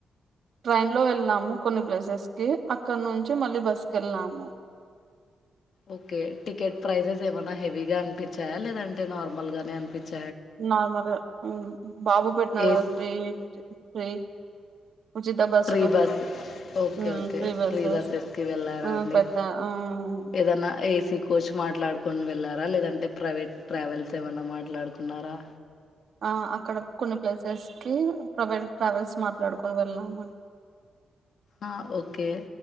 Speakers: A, on the right; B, on the left.
A: ట్రైన్ లో వెళ్ళినాము కొన్ని ప్లేసెస్ కి అక్కడ నుంచి మళ్ళీ బస్ కి వెళ్ళాము
B: ఓకే టికెట్ ప్రైజెస్ ఏం ఏమన్నా హెవీ గా అనిపించాయా లేదంటే నార్మల్ గానే అనిపించ్
A: నార్మల్గా బాబు పెట్టిన
B: ఏస్
A: కదా ఫ్రీ ఫ్రీ ఉచిత బస్సులు
B: ప్రీ బస్ ఓకే
A: ఉమ్,
B: okay
A: free buses
B: free buses కి వెళ్ళారాండి
A: ఆ, పెట్టా ఉమ్,
B: ఏదనా ఏసీ కోచ్ మాట్లాడుకు కొని వెళ్ళారా లేదంటే ప్రైవేట్ ట్రావెల్స్ ఏమన్నా మాట్లాడుకున్నారా
A: ఆ అక్కడ కొన్ని ప్లేసెస్ ప్రైవేట్ ట్రావెల్స్ మాట్లాడుకుని వెళ్ళాంని
B: ఆ ఓకే